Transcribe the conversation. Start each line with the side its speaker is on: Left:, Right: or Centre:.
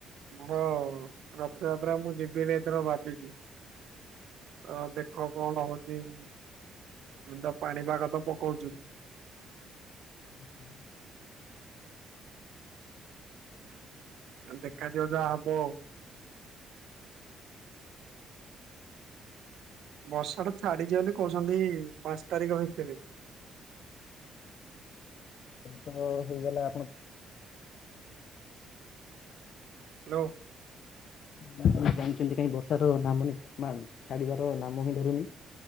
Right: ଆମର ରଥଯାତ୍ରା ମୁଁ ଯିବିନି ଏଥର ଭାବିଛି। ଅ ଦେଖ କଣ ହଉଛି ଏମ ତ ପାଣିପାଗ ତ ପକଉଛୁୁ।
Left: ଉଁ ହୁଁ।
Right: ଦେଖାଯିବ ଯାହା ହବ ଆଉ। ବର୍ଷା ଟା ଛାଡିଯିବ ବୋଲି କହୁଛନ୍ତି ପାଞ୍ଚ ତାରିଖ ଭିତରେ।
Left: ତ ହେଇଗଲା ଆପଣ
Right: ହ୍ୟାଲୋ।
Left: ଜାଣିଛନ୍ତି କାଇଁ ବର୍ଷାର ନାମନିଶମ ଛାଡିବାର ନାମ ହିଁ ଧରୁନି।